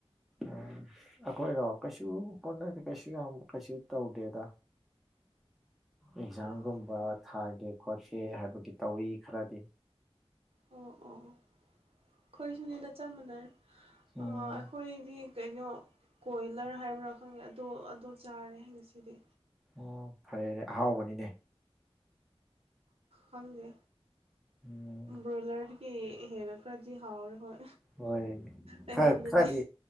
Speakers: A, in the centre; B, on the right.
A: ꯎꯝ ꯑꯩꯈꯣꯏꯔꯣ ꯀꯩꯁꯨ ꯍꯣꯠꯅꯗꯦ ꯀꯩꯁꯨ ꯌꯥꯝ ꯀꯩꯁꯨ ꯇꯧꯗꯦꯗ ꯑꯦꯛꯖꯥꯝꯒꯨꯝꯕ
B: ꯑꯣ
A: ꯊꯥꯒꯦ ꯈꯣꯠꯀꯦ ꯍꯥꯏꯕꯒꯤ ꯇꯧꯋꯤ ꯈꯔꯗꯤ
B: ꯑꯣ ꯑꯣ ꯑꯣ ꯑꯩꯈꯣꯏꯁꯨꯅꯦꯗ ꯆꯞ ꯃꯥꯟꯅꯔꯦ
A: ꯎꯝ
B: ꯑ ꯑꯩꯈꯣꯏꯗꯤ ꯀꯩꯅꯣ ꯀꯣꯏꯂꯔ ꯍꯥꯏꯕ꯭ꯔꯥ ꯈꯪꯉꯦ ꯑꯗꯣ ꯑꯗꯣ ꯆꯥꯔꯦ ꯉꯁꯤꯗꯤ
A: ꯑꯣ ꯐꯔꯦꯅꯦ ꯑꯍꯥꯎꯕꯅꯤꯅꯦ
B: ꯈꯪꯗꯦ
A: ꯎꯝ
B: ꯕ꯭ꯔꯣꯌꯂꯔꯗꯤ ꯀ ꯍꯦꯟꯅ ꯈ꯭ꯔꯗꯤ ꯍꯥꯎꯔꯦ ꯍꯣꯏ
A: ꯍꯣꯏ
B: ꯑꯩꯉꯣꯟꯗꯗꯤ
A: ꯈꯔ ꯈꯔꯗꯤ